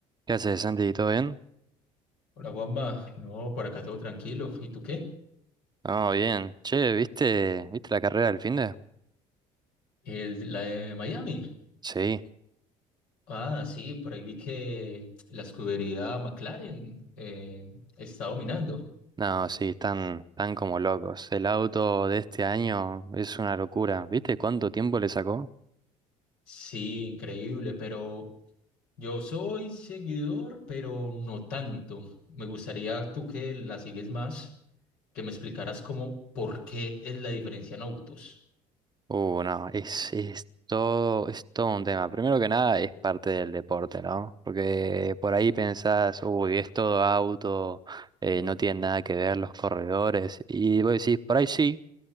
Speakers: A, on the right; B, on the left.
A: ¿Qué haces, Santi? ¿Todo bien?
B: Hola Juanma, no, por acá todo tranquilo. ¿Y tú qué?
A: No, bien. Che, ¿viste, viste la carrera del finde?
B: El, la de Miami.
A: Sí.
B: Ah, sí, por ahí vi que la escudería McLaren eh, está dominando.
A: No, sí, están, están como locos. El auto de este año es una locura. ¿Viste cuánto tiempo le sacó?
B: Sí, increíble, pero yo soy seguidor, pero no tanto. Me gustaría tú que la sigues más, que me explicaras cómo, por qué es la diferencia en autos.
A: Uh, no, es, es todo, es todo un tema. Primero que nada, es parte del deporte, ¿no? Porque por ahí pensás, uy, es todo auto, eh, no tiene nada que ver los corredores. Y vos decís, por ahí sí.